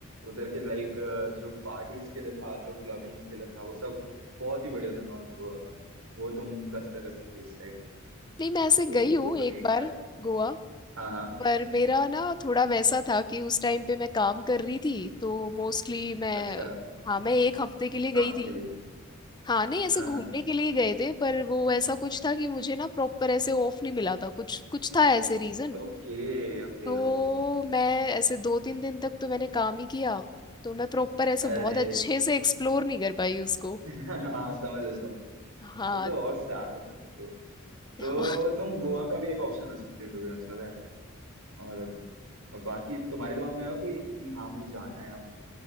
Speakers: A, on the right; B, on the left.
A: उधर के लाइक जो पार्टीज के लिए था जो क्लबिंग्स के लिए था वो सब बहुत ही बढ़िया था नॉर्थ गोवा का वो तुम कंसिडर कर सकती हो उस साइड
B: नहीं मैं ऐसे
A: तो
B: गई हूँ
A: वो तो
B: एक
A: एक
B: बार
A: है
B: गोवा
A: हाँ हाँ
B: पर मेरा ना थोड़ा वैसा था कि उस टाइम पे मैं काम कर रही थी तो मोस्टली मैं
A: अच्छा
B: हाँ मैं एक हफ्ते के लिए गई
A: काम
B: थी
A: के लिए
B: हाँ नहीं ऐसे
A: हाँ
B: घूमने
A: हाँ हाँ
B: के लिए गए थे पर वो ऐसा कुछ था कि मुझे ना प्रॉपर ऐसे ऑफ नहीं मिला था कुछ कुछ था ऐसे रीजन
A: Okay okay
B: तो
A: okay
B: मैं ऐसे दो तीन दिन तक तो मैंने काम ही किया तो मैं प्रॉपर ऐसे
A: अरे
B: बहुत अच्छे से एक्सप्लोर नहीं कर पाई उसको
A: <laughs> हाँ समझो समझो
B: हाँ
A: वो तो और सैड होता है फिर तो तो
B: <laughs> हाँ
A: तुम गोवा का भी एक ऑप्शन रख सकते हो टू बी ऑनेस्ट पता है और, और बाकी तुम्हारे दिमाग में है कोई कि हाँ मुझे जाना है यहाँ पे